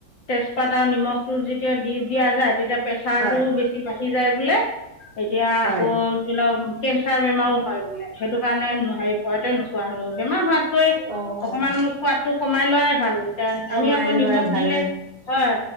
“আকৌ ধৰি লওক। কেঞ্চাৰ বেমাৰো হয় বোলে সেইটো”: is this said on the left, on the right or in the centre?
Left